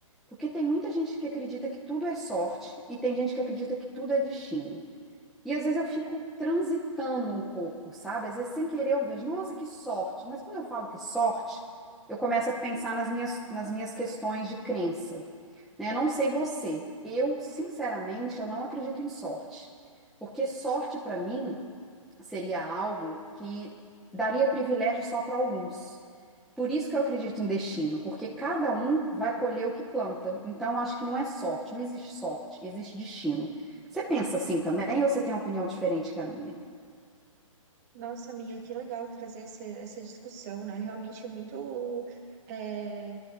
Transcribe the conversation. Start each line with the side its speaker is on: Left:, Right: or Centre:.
Centre: Porque tem muita gente que acredita que tudo é sorte e tem gente que acredita que tudo é destino. E às vezes eu fico transitando um pouco, sabe? Às vezes sem querer eu vejo, nossa, que sorte. Mas quando eu falo que sorte, eu começo a pensar nas minhas, nas minhas questões de crença, né? Eu não sei você, eu sinceramente eu não acredito em sorte, porque sorte para mim seria algo que daria privilégio só para alguns. Por isso que eu acredito em destino, porque cada um vai colher o que planta. Então, acho que não é sorte, não existe sorte, existe destino. Você pensa assim também ou você tem uma opinião diferente que a minha?
Right: Nossa, amiga, que legal trazer essa, essa discussão, né? Realmente é muito é,